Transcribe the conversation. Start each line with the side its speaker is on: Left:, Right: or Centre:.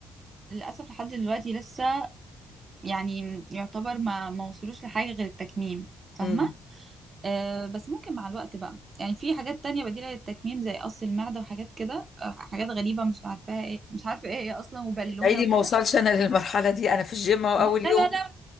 Right: للأسف لحد دلوقتي لسه يعني يعتبر ما ما وصلوش لحاجة غير التكميم فاهمة
Left: مم.
Right: أه بس ممكن مع الوقت بقى يعني في حاجات تانية بديلة للتكميم زي قص المعدة وحاجات كده آه، حاجات غريبة مش عارفاها ايه مش عارفة ايه هي أصلا وبالونة
Left: عيني
Right: وكده
Left: ما اوصلش انا للمرحله دي انا في الجيم أهو
Right: لا
Left: اول يوم
Right: لا لا